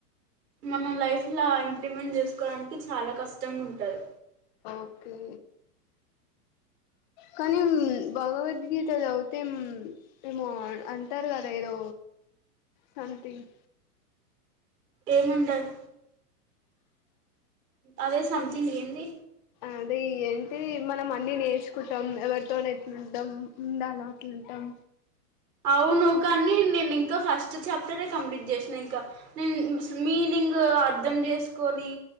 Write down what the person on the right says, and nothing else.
మన లైఫ్లా ఇంప్లిమెంట్ చేసుకోవడానికి చాలా కష్టంగా ఉంటారు
ఏమంటారు అదే సంథింగ్ ఏంది
అవును కానీ నేను ఇంకా ఫస్ట్ చాప్టరే కంప్లీట్ చేసినా ఇంకా నేను మీనింగ్ అర్ధం చేసుకొని